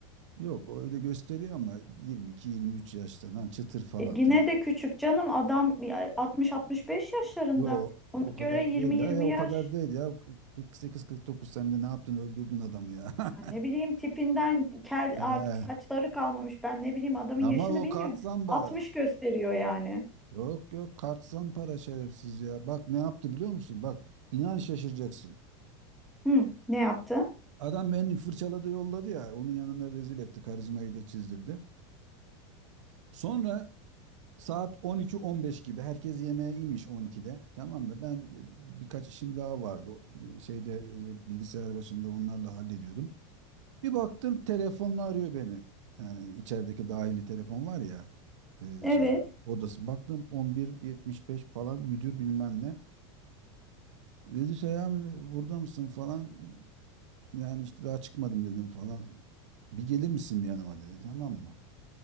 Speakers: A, on the right; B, in the centre.
A: Yok öyle gösteriyor ama 22-23 yaşta lan çıtır falan
B: E, yine
A: tamam.
B: de küçük canım adam ya 60-65 yaşlarında.
A: Yo
B: Ona
A: o kadar
B: göre yirmi
A: değil
B: yirmi
A: ya, ya o
B: yaş
A: kadar değil ya 48-49 sen de ne yaptın öldürdün adamı ya. <laughs>
B: Ay Ne bileyim tipinden kel
A: Ee,
B: artık saçları kalmamış. Ben ne bileyim adamın yaşını
A: ama o
B: bilmiyorum.
A: kart zambara.
B: 60 gösteriyor yani.
A: Yok yok kart zampara şerefsiz ya. Bak ne yaptı biliyor musun? Bak inan şaşıracaksın.
B: Hı, ne yaptı?
A: Adam beni fırçaladı yolladı ya onun yanına rezil etti karizmayı da çizdirdi. Sonra saat 12-15 gibi herkes yemeğe inmiş 12'de tamam mı? Ben birkaç işim daha vardı O, şeyde e, bilgisayar başında onlarla hallediyordum. Bir baktım telefonla arıyor beni. Yani içerideki dahili telefon var ya e,
B: Evet.
A: şeyde odası. Baktım 11.75 falan müdür bilmem ne. Dedi Seyhan burada mısın falan. Yani işte daha çıkmadım dedim falan. Bir gelir misin yanıma dedi tamam mı?